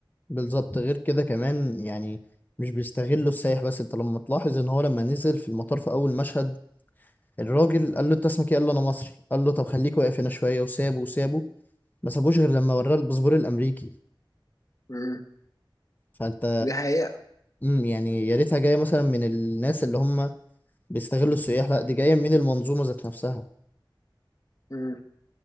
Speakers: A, on the left; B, on the left.
A: بالظبط غير كده كمان يعني مش بيستغلوا السائح بس انت لما تلاحظ ان هو لما نزل في المطار في اول مشهد الراجل قال له انت اسمك ايه قال له انا مصري قال له طب خليك واقف هنا شويه وسابه وسابه ما سابوش غير لما وراه الباسبور الامريكي
B: مم،
A: فانت
B: دي حقيقة
A: مم، يعني يا ريتها جايه مثلا من الناس اللي هم بيستغلوا السياح لا دي جايه من المنظومه ذات نفسها
B: مم.